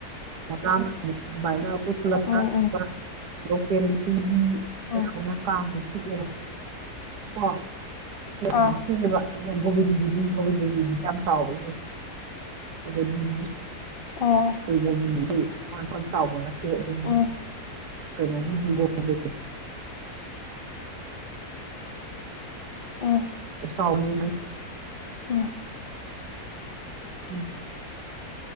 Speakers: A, on the right; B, on the left.
A: <unintelligible> ꯑꯗꯨꯃꯥꯏꯅ ꯑꯩꯈꯣꯏ ꯈꯨꯂꯛ
B: ꯎꯝ
A: <unintelligible>
B: ꯎꯝ
A: ꯂꯣꯀꯦꯂꯤꯇꯤꯒꯤ
B: ꯎꯝ
A: ꯑꯌꯥꯝꯕꯅ ꯀꯥꯡꯗꯣ ꯄꯤꯛꯑꯦꯕ ꯀꯣ <unintelligible>
B: ꯑꯥ
A: ꯄꯤꯑꯦꯕ ꯒꯣꯕꯤꯟꯒꯤꯗꯤ ꯒꯣꯕꯤꯟꯗꯖꯤꯒꯤꯗꯤ ꯌꯥꯝ ꯆꯥꯎꯕꯅꯦ ꯑꯗꯩ
B: ꯑꯣ
A: <unintelligible> ꯆꯥꯎꯕ ꯅꯠꯇꯦ ꯑꯗꯨ
B: ꯎꯝ
A: ꯀꯩꯅꯣꯒꯤ <unintelligible>
B: ꯎꯝ
A: ꯁꯥꯎꯅꯤ
B: ꯎꯝ
A: ꯎꯝ